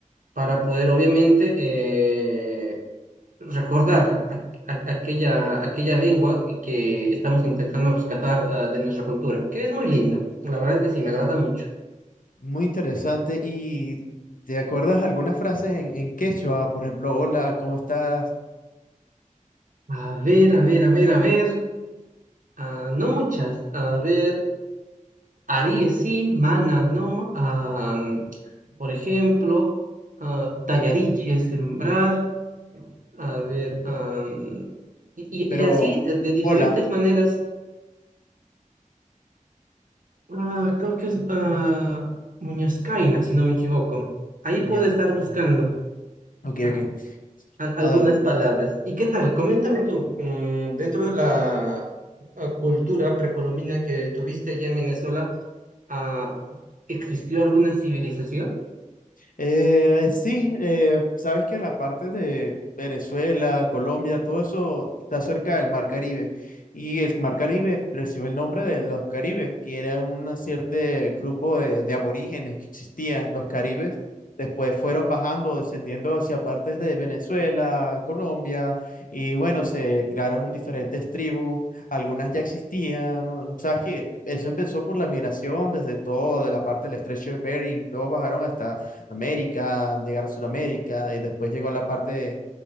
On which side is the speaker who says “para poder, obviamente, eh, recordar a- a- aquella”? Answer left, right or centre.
Right